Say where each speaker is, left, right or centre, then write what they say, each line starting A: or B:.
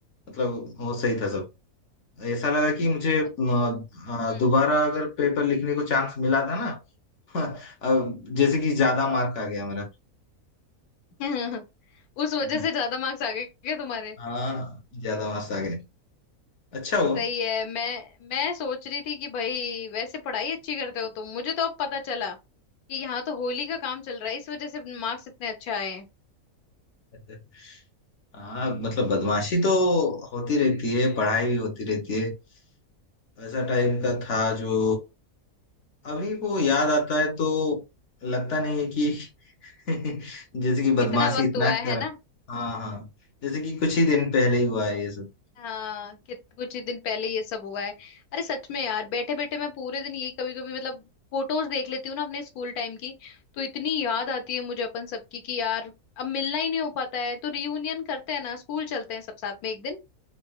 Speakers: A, on the left; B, on the left.
A: मतलब वो सही था
B: हम्म,
A: सब ऐसा लगा कि मुझे
B: अच्छा
A: म, आ,
B: हम्म
A: दोबारा अगर पेपर लिखने को चांस मिला था ना <laughs> अब जैसे कि ज्यादा मार्क आ गया मेरा
B: हम्म <laughs> उस वजह
A: <laughs>
B: से ज्यादा मार्क्स आ गए क्या तुम्हारे
A: हाँ ज्यादा मार्क्स आ गए अच्छा हुआ
B: सही है मैं मैं सोच रही थी कि भाई वैसे पढ़ाई अच्छी करते हो तुम मुझे तो अब पता चला कि यहाँ तो होली का काम चल रहा है इस वजह से मार्क्स इतने अच्छे आए हैं।
A: <laughs> हाँ मतलब बदमाशी तो होती रहती है पढ़ाई भी होती रहती है वैसा टाइप का था जो अभी वो याद आता है तो लगता नहीं है कि <laughs> जैसे कि बदमाशी
B: इतना वक्त
A: इतना
B: हुआ है
A: कर
B: है ना
A: हाँ हाँ जैसे कि कुछ ही दिन पहले ही हुआ है ये सब
B: हाँ कि कुछ ही दिन पहले ये सब हुआ है अरे सच में यार बैठे बैठे मैं पूरे दिन यही कभी कभी मतलब फोटोज देख लेती हूँ ना अपने स्कूल टाइम की तो इतनी याद आती है मुझे अपन सबकी कि यार अब मिलना ही नहीं हो पाता है तो रियूनियन करते हैं ना स्कूल चलते हैं सब साथ में एक दिन